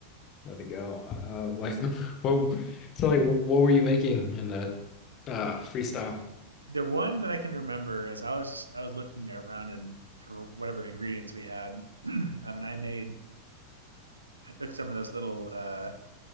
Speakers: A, on the left; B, on the right.
A: Let it go. Uh, like, <laughs> what? So, like, what were you making in that uh, freestyle?
B: The one that I can remember is I was just, I was looking around and for whatever ingredients we had. <clears throat> um, and I made I took some of those little uh,